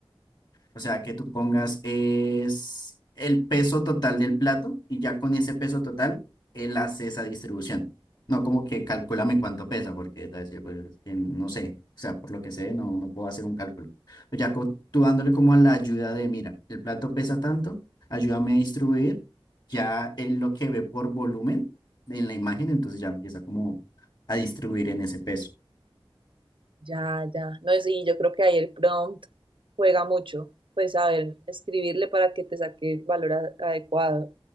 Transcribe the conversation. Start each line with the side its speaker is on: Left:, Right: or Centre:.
Left: O sea, que tú pongas es el peso total del plato y ya con ese peso total, él hace esa distribución. No como que calcúlame cuánto pesa, porque te va a decir, pues, es que no sé. O sea, por lo que sé, no, no puedo hacer un cálculo. Pues ya co- tú dándole como a la ayuda de, mira, el plato pesa tanto, ayúdame a distribuir. Ya él lo que ve por volumen en la imagen, entonces ya empieza como a distribuir en ese peso.
Right: ya, ya, no, sí, yo creo que ahí el prompt juega mucho, pues a ver, escribirle para que te saque el valor a- adecuado.